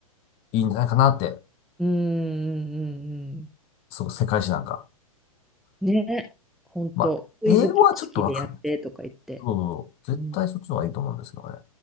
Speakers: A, on the left; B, in the centre.
A: いいんじゃないかなって、
B: うんうん
A: そう、世界史なんか。
B: うん。ね。本当。
A: まあ、
B: クイズ形式でやってとか言って。
A: 英語はちょっとわかんないですけど、絶対そっちの方がいいと思うんですけどね。
B: うん